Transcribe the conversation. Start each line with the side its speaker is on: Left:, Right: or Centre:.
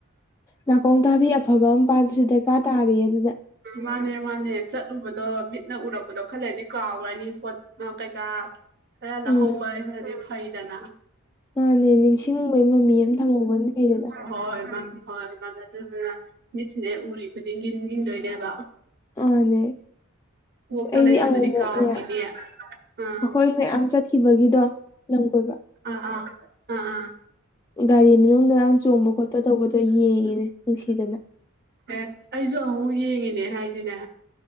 Left: ꯅꯥꯀꯣꯡ ꯊꯥꯕꯤ ꯑꯐꯕ ꯑꯃ ꯄꯥꯏꯕꯁꯨ ꯗꯔꯀꯥꯔ ꯇꯥꯔꯌꯦ ꯑꯗꯨꯗ
Right: ꯃꯥꯅꯦ ꯃꯥꯅꯦ ꯆꯠꯂꯨꯕꯗꯣ ꯃꯤꯠꯅ ꯎꯔꯛꯄꯗꯣ ꯈꯜꯂꯗꯤ ꯀꯥꯎꯈꯔꯅꯤ ꯄꯣꯠ ꯀꯩꯀꯥ ꯈꯔ
Left: ꯎꯝ
Right: ꯂꯧꯍꯧꯕꯁꯤꯅꯗꯤ ꯐꯩꯗꯅ
Left: ꯃꯥꯅꯦ ꯅꯤꯡꯁꯤꯡꯕꯩ ꯃꯃꯤ ꯑꯃ ꯊꯝꯍꯧꯕꯅ ꯐꯩꯗꯅ
Right: ꯍꯣꯏ ꯃ ꯍ <inaudible> <unintelligible> ꯑꯗꯨꯗꯨꯅ ꯃꯤꯠꯁꯤꯅꯦ ꯎꯔꯤ ꯈꯨꯗꯤꯡꯒꯤ ꯌꯦꯡꯗꯣꯏꯅꯦꯕ
Left: ꯑꯅꯦ
Right: ꯀꯣꯛꯇ
Left: ꯑꯁ ꯑꯩꯗꯤ
Right: ꯂꯩꯕꯗꯨꯗꯤ
Left: ꯑꯃꯨꯃꯨꯛꯅꯦ
Right: ꯀꯥꯎꯈꯤꯅꯦ ꯑꯥ
Left: ꯑꯩꯈꯣꯏ ꯃꯌꯥꯝ ꯆꯠꯈꯤꯕꯒꯤꯗꯣ ꯂꯝ ꯀꯣꯏꯕ
Right: ꯑ ꯑ ꯑꯥꯑꯥ
Left: ꯒꯥꯔꯤ ꯃꯅꯨꯡꯗꯥ ꯆꯣꯡꯕ ꯈꯣꯠꯄ ꯇꯧꯕꯗꯣ ꯌꯦꯡꯉꯤꯅꯦ ꯅꯨꯡꯁꯤꯗꯅ
Right: ꯑꯦ ꯑꯩꯁꯨ ꯑꯃꯨꯛ ꯌꯦꯡꯉꯤꯅꯦ ꯍꯥꯏꯗꯤꯅꯦ